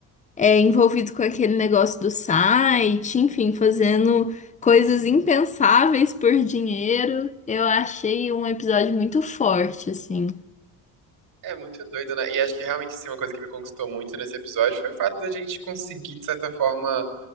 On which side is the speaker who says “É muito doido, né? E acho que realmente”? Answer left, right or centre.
Right